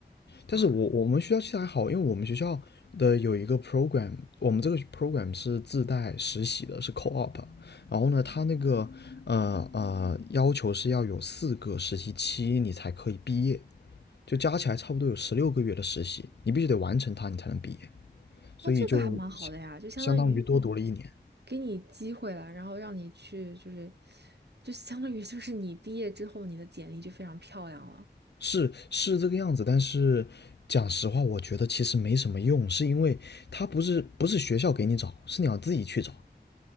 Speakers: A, on the left; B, on the right.
A: 但是我我们学校其实还好，
B: 啊。
A: 因为我们学校的有一个 program，我们这个 program 是自带实习的，是 co-op。然后呢，它那个呃呃要求是要有四个实习期你才可以毕业，就加起来差不多有十六个月的实习，你必须得完成它你才能毕业，所以就相相当于多读了一年。
B: 哦，这个还蛮好的呀，就相当于给你机会了，然后让你去，就是，就相当于就是你毕业之后，你的简历就非常漂亮了。
A: 是是这个样子，但是讲实话，我觉得其实没什么用，是因为它不是不是学校给你找，是你要自己去找。